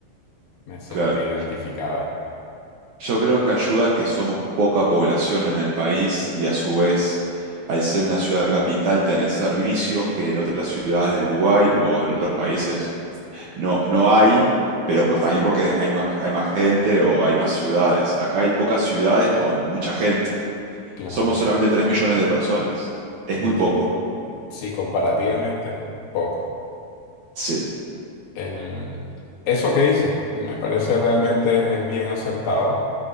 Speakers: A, on the left (about 70°); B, on the right (about 80°).
A: me sentí
B: claro,
A: identificado ahí.
B: yo creo que ayuda a que somos poca población en el país y a su vez, al ser una ciudad capital, tenés servicios que en otras ciudades de Uruguay o en otros países No, no hay, pero pues también porque hay más, hay más gente o hay más ciudades. Acá hay pocas ciudades con mucha gente.
A: Claro,
B: Somos solamente 3 millones de personas. Es
A: ya.
B: muy poco.
A: Sí, comparativamente es poco.
B: Sí,
A: El... Eso que dices me parece realmente bien acertado